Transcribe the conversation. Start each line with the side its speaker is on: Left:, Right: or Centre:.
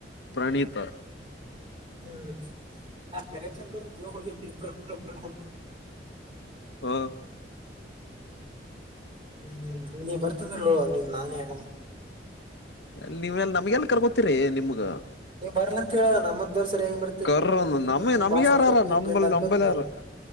Left: ಪ್ರಣೀತ್.
Right: ಹ್ಮ್ ಆ ಕರೆಕ್ಷನ್ ಜೀವ ಪ್ರ ಪ್ರ ಪ್ರ ಅಂತ.
Left: ಹ್ಮ
Right: ಹ್ಮ್ ನೀ ಬರ್ತಂದ್ರ ನಿನ್ ನಾನೇ ಯಗ
Left: ಎ ನೀವೆಲ್ಲ ನಮ್ಗೆ ಎಲ್ಲ ಕರ್ಕೊತೀರಿ ನಿಮ್ಗ.
Right: ನೀವ್ ಬರ್ಲ ಅಂತ ಹೇಳ ನಮ್ಮಂದವ್ ಸರಿ ಹೆ ಬರ್ತೀರಿ
Left: ಕರ್ರ
Right: ನೀವು ನೀವವು
Left: ನಮ
Right: ನೀವು ನಿಮ್
Left: ನಮ್ಗ
Right: ಬಾಸ್
Left: ಯಾರಾರ
Right: ಅನ್ಕೋತ್ ನೀವು
Left: ನಮ
Right: ಪಿಂಡ್ ಅನ್ಕೋತ್
Left: ನಂಬಲ್
Right: ನೀವ್
Left: ಯಾರ
Right: ಹೋಗ್ರಿ